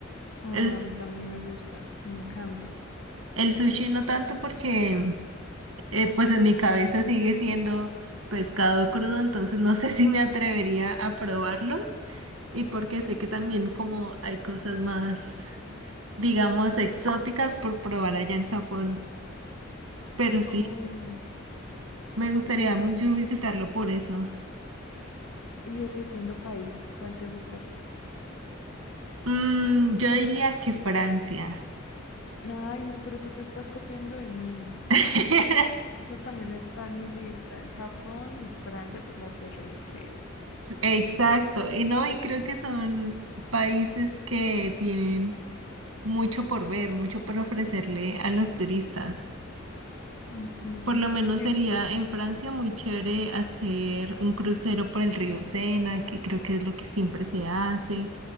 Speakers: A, on the left; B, on the right.
A: Ay,
B: El,
A: a mí también me gusta, me encanta.
B: el sushi no tanto porque... eh, pues en mi cabeza sigue siendo pescado crudo, entonces no sé <laughs> si me atrevería a probarlos y porque sé que también como hay cosas más, digamos, exóticas por probar allá en Japón, pero sí,
A: Oh,
B: me gustaría
A: y ese,
B: mucho visitarlo por eso.
A: y el segundo país, ¿cuál te gustaría?
B: Mm, yo diría que Francia.
A: Ay, no, pero tú te estás copiando de mí.
B: <laughs>
A: Esa también está en mi lista, es Japón y Francia por la Torre Eiffel.
B: Exacto, y no, y creo que son países que tienen mucho por ver, mucho por ofrecerle a los turistas.
A: Ujú.
B: Por lo menos
A: Sí,
B: sería en Francia muy chévere hacer un crucero por el río Sena, que creo que es lo que siempre se hace.